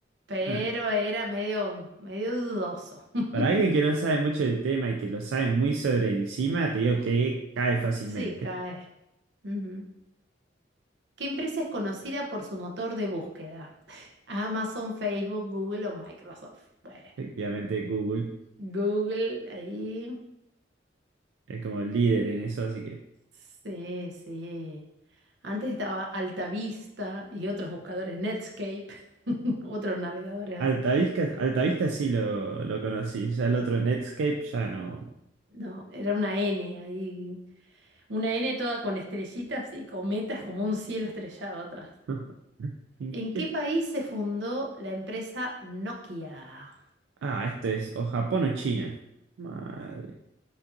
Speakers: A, on the right; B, on the right.
A: Pero
B: Ah,
A: era medio, medio dudoso. <laughs>
B: para alguien que no sabe mucho del tema y que lo sabe muy sobre encima, te digo que cae fácilmente.
A: Sí, cae. Ujú. ¿Qué empresa es conocida por su motor de búsqueda? <laughs> Amazon, Facebook, Google o Microsoft. Bueno,
B: Efectivamente, Google
A: Google ahí.
B: es como el líder en eso, así que
A: Sí, sí. Antes estaba Altavista y otros buscadores, Netscape, <laughs> otros navegadores así.
B: Altavista, Altavista sí lo, lo conocí, ya el otro Netscape ya no.
A: No, era una N ahí. Una N toda con estrellitas y cometas como un cielo estrellado atrás.
B: <laughs> ¿En
A: ¿En
B: qué?
A: qué país se fundó la empresa Nokia?
B: Ah, esto es o Japón o China. Madre.